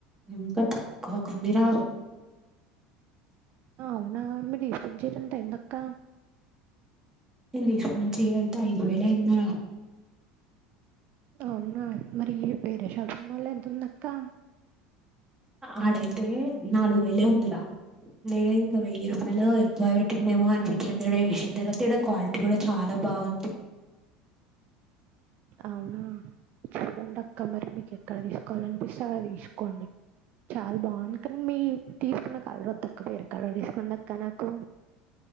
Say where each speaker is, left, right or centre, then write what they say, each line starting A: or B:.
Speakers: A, on the right; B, on the right.
A: ఎంత తక్కువ కి ఉందిరా
B: అవునా మీరు తీసుకున్న చీర ఎంతయింది అక్క
A: నేను తీసుకున్న చీర అయితే ఐదు వేల అయిందిర
B: అవునా మరి వేరే షాపింగ్ మాల్ ఎంత ఉంది అక్కా
A: ఆడైతే నాలుగు వేలే ఉందిరా నేను ఇంకా వెయ్యి రూపాయలు ఎక్కువ పెట్టినేమో అనిపించింది ఇక్కడ చేసిన తర్వాత ఇక్కడ క్వాలిటీ కూడా చాలా బాగుంది
B: అవునా చూడండి అక్క మరి మీకు ఎక్కడ తీసుకోవాల అనిపిస్తే అక్కడ తీసుకోండి చాలా బాగుంది కానీ మీ తీసుకున్న కలర్ వద్దక్క వేరే కలర్ తీసుకొండి అక్క నాకు